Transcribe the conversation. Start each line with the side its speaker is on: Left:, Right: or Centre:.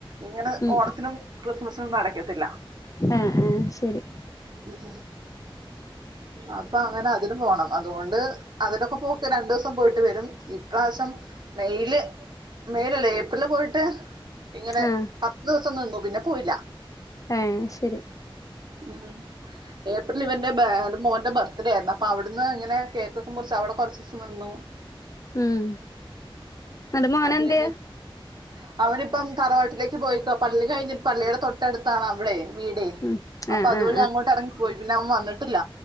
Right: ഇങ്ങനെ
Left: ഉം
Right: ഓണത്തിനും ക്രിസ്മസിനും ഒന്നടക്കത്തില്ല
Left: ആ ആ ശരി
Right: ഉം അ അപ്പൊ അങ്ങനെ അതിനും പോകണം അതുകൊണ്ട് അതിനൊക്കെ പോക്ക് രണ്ടൂസ സം പോയിട്ട് വരും ഇപ്രാവശ്യം മെയില് മേയിലല്ലേ ഏപ്രിലില് പോയിട്ട് ഇങ്ങനെ
Left: ആ
Right: പത്ത് ദിവസം നിന്നു പിന്നെ പോയില്ല
Left: ആ ശരി
Right: ഉ ഉം ഏപ്രിൽ ഇവന്റെ മോന്റെ ബർത്ത്ഡേ ആയിരുന്നു അപ്പൊ അവിടുന്ന് ഇങ്ങനെ കേക്കൊക്കെ മുറിച്ച് അവിടെ കൊറച്ച് ദിവസം നിന്നു
Left: ഉം അന്റെ മോന്
Right: അത്
Left: എന്ത്യേ
Right: കഴിഞ്ഞിട്ട് അവനിപ്പം തറവാട്ടിലേക്ക് പോയിക്ക പള്ളി കഴിഞ്ഞിട്ട് പള്ളിയുടെ തൊട്ടടുത്താണ് അവിടെ വീടെ
Left: ഉം
Right: അപ്പൊ
Left: ആഹ്
Right: അതു
Left: ആഹ്
Right: വഴിഅങ്ങോട്ട് ഇറങ്ങിപ്പോയി പിന്നെ അവൻ വന്നിട്ടില്ല